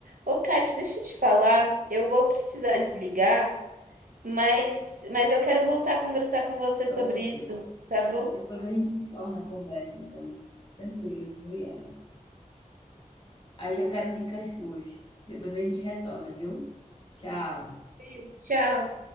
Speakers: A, on the right (about 80°); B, on the left (about 35°).
A: Ô, Kate, deixa eu te falar, eu vou precisar desligar, mas mas eu quero voltar a conversar com você
B: pronto.
A: sobre isso, tá bom?
B: Depois a gente retorna a conversa, então. Tranquilo, viu, Yara? Aí já quero dicas suas. Depois a gente retorna, viu? Tchau.
A: Sim. Tchau.